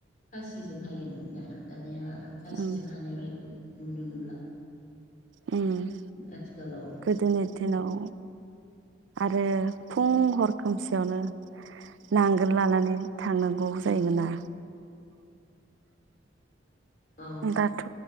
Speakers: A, on the left (about 45°); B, on the right (about 70°).
A: खासि सिजों हायोमोन ना दानिया खासिजों
B: उम
A: हानाय माइखौ नुनो मोनला
B: उम
A: आथिखालाव।
B: गोदोनि दिनाव आरो फुं हर खोमसियावनो नांगोल लानानै थांनांगौ जायोमोना
A: औ
B: दाथ'